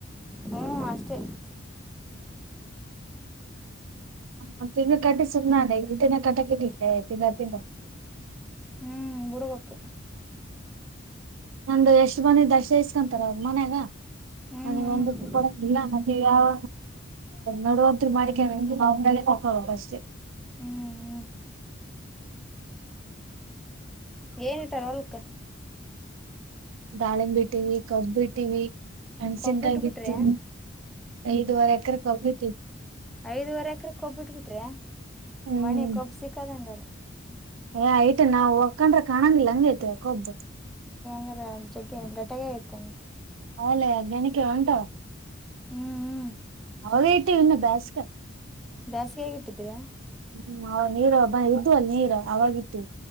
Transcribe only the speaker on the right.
ಹ ತಿಿ ಕಟ್ಟಿ ಸುಮ್ಮ್ ಅತ ಕತಾಕೆ ತಿ ತಿ <unintelligible>
ನಂದು್ದು ಎಷ್ಟು ಬಂದಿ ದರ್ಶೈಸ್ಕೊಂತಾರ ಅವ್ರ ಮನ್ಯಾಗ
ನನಗೆ
ಒಂದಕ್ಕೂ ಕೊಡಿಲ್ಲ ಮತ್ತ ಯಾವ ನಡೋದ್ರು ಮಾಡ್ಿಕ ಅವ್ೆ ಪಕ ಹೋಗ ಅಷ್ಟೆ
ದಾಳಿಂಬಿ ಇಟ್ಟಿವವಿ ಕಬ್ ಬಿಟ್ಟಿವ ಅಣ್ಸನ್ಕಾಯಿ
ಬಿತ ಐದುವರೆ ಎಕರೆ ಕ ಒೋಗಬಟ್ಟವಿ
ಹ್ಮ್
ಏ ಐತೆ ನಾವವು ಹಕೊಂಡ್ರ ಕಂಗಿಲ್ಲ ಹಂಗ ೈತೆಕ ಹಬ್ಬು
ಹಲೇ ಅ್ಗೆಣಕ್ಕೆ ಉಂಟ
ಅವಗೇಟ್ಟಿ ಇನ್ನ ಬ್ಯಾಸ್ಕರ್
್ಮ ನೀರು ಬ ಇದ್ದು ಅಲ್ಲ ನೀರ್ ಅವಾಗಿತ್ತು